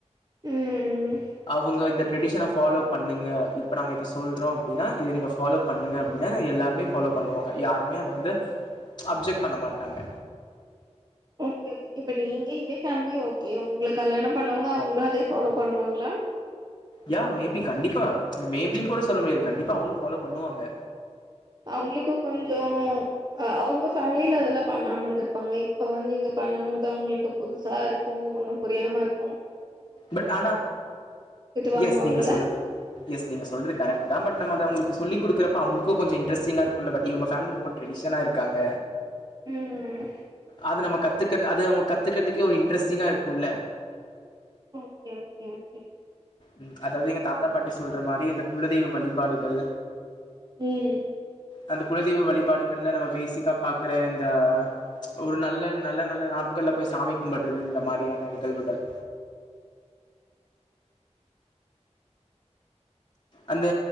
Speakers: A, on the right; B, on the left.
A: ம்
B: அவுங்க இந்த ட்ரெடிஷன ஃபாலோ பண்ணுங்க இப்ப நாங்க இத சொல்றோ அப்டின்னா இத நீங்கள்ஃபாலோ பண்ணுங்க அப்டின்னா எல்லாருமே ஃபாலோ பண்ணுவாங்க யாருமே அத வந்து அப்ஜெக்ட் பண்ணமாட்டாங்க
A: ஓகே -ஓகே இப்ப நீங்க இதே ஃபேமிலி ஓகே உங்கள கல்யாணம் பண்ணவங்க அவுங்களு அதே ஃபாலோ பண்ணுவாங்களா
B: யா மேபி கண்டிப்பா மேபின்னு கூட சொல்ல முடியாது கண்டிப்பா அவுங்களும் ஃபாலோ பண்ணுவாங்க
A: அவுங்களுக்கு கொஞ்சோ ஆ அவுங்க ஃபேமிலில அதெல்லா பண்ணாம இருந்திருப்பாங்க இப்ப வந்து இங்க பண்ணும் போது அவுங்களுக்கு புதுசா இருக்கும் ஒண்ணும் புரியாம இருக்கும்
B: பட் ஆனா
A: வாங்குவாங்கல்ல
B: எஸ் நீங்க சொல் -எஸ் நீங்க சொல்றது கரெக்ட்தா பட் நம்ம அத அவுங்களுக்கு சொல்லிக் குடுக்கறப்ப அவுங்களுக்கு கொஞ்ச இனட்ரஸ்டிங்கா இருக்கும்ல பட் இவங்க ஃபேமிலி ரொம்ப ட்ரடிஷனா இருக்காங்க
A: ம்
B: அது நம்ம கத்துக்கற அது அவுங்க கத்துக்கறதுக்கே ஒரு இன்ட்ரெஸ்டிங்காக இருக்குல
A: ஓகே -ஓகே -ஓகே
B: உம் அதாவது எங்க தாத்தா பாட்டி சொல்ற மாரி இந்த குலதெய்வ வழிபாடுகள்
A: ம்
B: அந்த குலதெய்வ வழிபாடுகள்ல நம்ம பேசிக்கா பாக்குற இந்த ஒரு நல்ல-நல்ல-நல்ல நாட்கள்ல போய் சாமி கும்படுறது இந்த மாரியான நிகழ்வுகள் அந்த